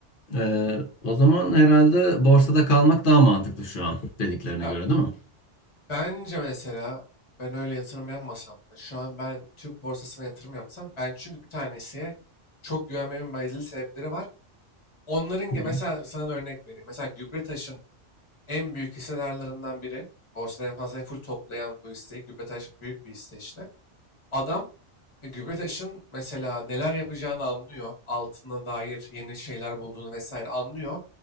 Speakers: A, on the left (about 50°); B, on the left (about 25°).
A: ee, o zaman herhalde borsada kalmak daha mantıklı şu an dediklerine
B: Ya
A: göre değil mi?
B: bence mesela ben öyle yatırım yapmasam da şu an ben Türk borsasına yatırım yapsam ben çünkü bir tanesiye çok güvenmemin bazı sebepleri var. Onların
A: Hı
B: ge-
A: hı.
B: mesela sana da örnek vereyim. Mesela Gübretaş'ın en büyük hissedarlarından biri. Borsada en fazla full toplayan bu hisseyi. Gübretaş büyük bir hisse işte. Adam e, Gübretaş'ın mesela neler yapacağını anlıyor. Altına dair yeni şeyler bulduğunu vesaire anlıyor.